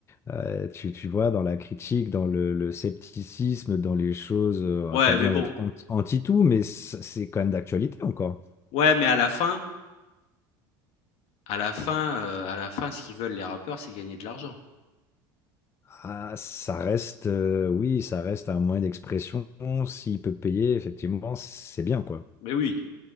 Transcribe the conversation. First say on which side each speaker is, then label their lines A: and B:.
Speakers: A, on the left; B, on the left.
A: euh, tu, tu vois, dans la critique, dans le, le scepticisme, dans les choses, euh,
B: Ouais,
A: pas besoin
B: mais bon.
A: d'être anti, anti-tout, mais c- c'est quand même d'actualité encore.
B: Ouais, mais à la fin, à la fin, euh, à la fin, ce qu'ils veulent les rappeurs, c'est gagner de l'argent.
A: Ah, ça reste, euh, oui, ça reste un moyen d'expression. S'il peut payer, effectivement, c'est bien, quoi.
B: Mais oui.